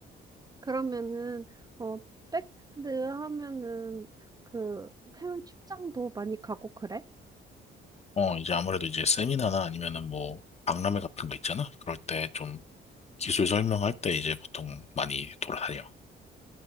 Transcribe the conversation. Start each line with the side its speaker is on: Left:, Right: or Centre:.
Right: 그러면은, 어, 백핸드 하면은, 그, 해외 출장도 많이 가고 그래?
Left: 어, 이제 아무래도 이제 세미나나 아니면은 뭐 박람회 같은 거 있잖아. 그럴 때 좀 기술 설명할 때 이제 보통 많이 돌아다녀.